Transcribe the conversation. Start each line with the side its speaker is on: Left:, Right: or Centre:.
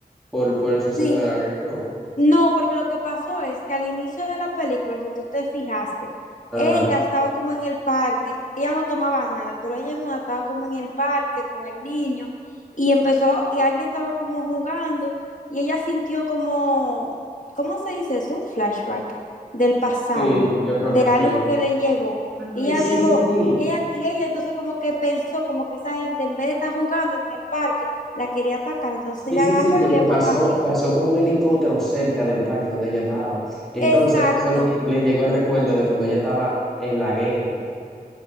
Centre: por, por el suceso
Left: Sí,
Centre: de la guerra, ¿no?
Left: no, porque lo que pasó es que al inicio de la película, si tú te fijaste,
Centre: Ajá.
Left: ella estaba como en el parque, ella no tomaba nada, pero ella en una estaba como en el parque con el niño y empezó, y alguien estaba como jugando y ella sintió como, ¿cómo se dice? Es un flashback del pasado,
Centre: Sí, yo creo
Left: de
Centre: que
Left: algo
Centre: sí.
Left: que le llegó. Y
Centre: Ay,
Left: ella
Centre: sí,
Left: dijo,
Centre: sí, sí.
Left: ella, y ella entonces como que pensó como que esa gente en vez de estar jugando en el parque, la quería atacar, entonces ella
Centre: Sí, sí,
Left: agarró
Centre: sí, porque
Left: y le voló
Centre: pasó,
Left: arriba.
Centre: pasó como un helicóptero cerca del parque donde ella estaba. Entonces,
Left: Exacto,
Centre: eso le, le llegó el recuerdo de cuando ella estaba en la guerra.